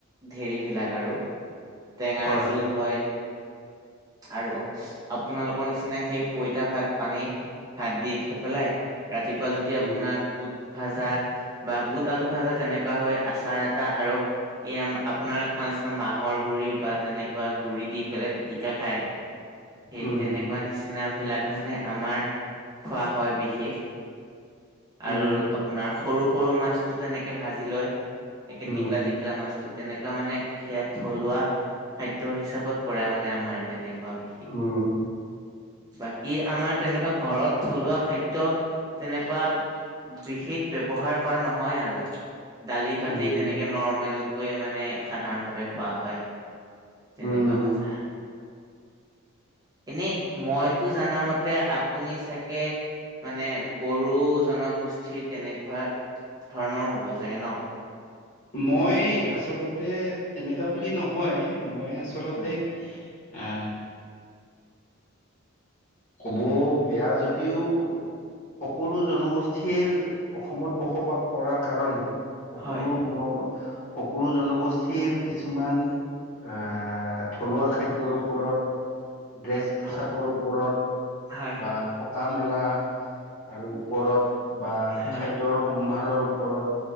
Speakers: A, on the right; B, on the left.
A: ধেৰি বিলাক আৰু, টেঙাৰ
B: হয়
A: জোল হয় আৰু আপোনালোকৰ নিচিনা সেই পইতা ভাত পানী ভাত দি থৈ পেলাই, ৰাতিপুৱা যদি
B: উম
A: আপোনাৰ বুট ভাজা বা বুট আলু ভাজা তেনেকুৱা হয় আচাৰ এটা আৰু এইয়া আপোনাৰ কোৱা নিচিনা মাহৰ গুড়ি বা তেনেকুৱা গুড়ি দি পেলাই পিটিকা খায় সেই
B: উম
A: তেনেকুৱা নিচিনা বিলাক মানে আমাৰ খোৱা হয় বিশেষ, আৰু
B: উম।
A: আপোনাৰ সৰু সৰু মাছটো তেনেকে ভাজি লয় একে
B: উম।
A: টিকলা টিক লা মাছটো, তেনেকুৱা মানে সেয়া থলুৱা খাদ্যৰ হিচাপত পৰে মানে আমাৰ। তেনেকুৱা বিশেষ।
B: উম
A: বাকী আমাৰ তেনেকুৱা ঘৰত থলুৱা খাদ্য তেনেকুৱা বিশেষ ব্যৱহাৰ কৰা নহয় আৰু। দালি ভাতেই
B: উম
A: তেনেকে নৰ্মেলকৈ মানে সাধাৰণভাৱে খোৱা হয়। তেনেকুৱা
B: উম।
A: কথা। এনেই মইতো জানামতে আপ পুনি চাগে মানে বড়ো জনগোষ্ঠীৰ তেনেকুৱাত ধৰণৰ হ'ব চাগে ন?
B: মই আচলতে তেনেকা বুলি নহয়। মই আচলতে
A: হয়
B: আ ক'বও বেয়া যদিও সকলো জনগোষ্ঠীৰ অসমত বসবাস কৰাৰ কাৰণে সকলো
A: হয়
B: বন সকলো জনগোষ্ঠীৰ কিছুমান আ থলুৱা খাদ্যৰ ওপৰত, ড্ৰেছ পোছাকৰ
A: হয়
B: ওপ পৰত
A: হয়
B: বা থকা মেলা আৰু ওপৰত বা
A: হয়
B: খাদ্যৰ সম্ভাৰৰ ওপৰত